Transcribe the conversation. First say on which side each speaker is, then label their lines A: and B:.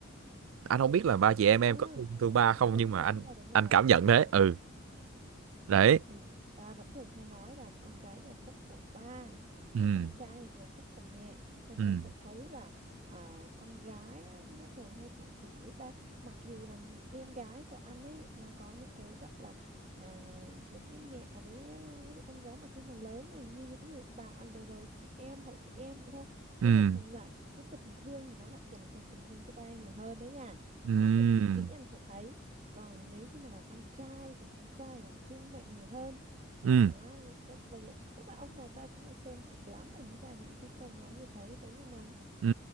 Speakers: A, on the right; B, on the right.
A: anh không biết là ba chị em em
B: À,
A: có thương, thương ba không
B: đúng
A: nhưng
B: rồi,
A: mà anh
B: đúng rồi, đúng rồi.
A: anh cảm nhận thế ừ đấy
B: Vì ta vẫn thường hay nói là con gái nhà phúc của ba,
A: ừ
B: mà con trai thì nhà phúc của mẹ. Nên
A: ừ
B: anh sẽ thấy là à, con gái nó, nó thường hay thủ thỉ với ba. Mặc dù là em gái của anh ấy, nó có những cái gọi là à, giống như mẹ với với lại con gái mà khi mà lớn này như những người bà underdog chị em, hội chị em vậy thôi. Nhưng
A: ừ
B: mà bù lại, cái tình thương thì nó lại dành cho tình thương cho ba nhiều hơn đấy nha.
A: ừ ừ
B: Anh để ý kỹ anh sẽ thấy còn nếu như mà là con trai thì con trai lại thương mẹ nhiều hơn
A: ừ.
B: đó nên bởi vậy chắc là ông bà ta cũng phải xem kỹ lắm rồi mới ra những cái câu nói như thế đúng không anh
A: Ừ,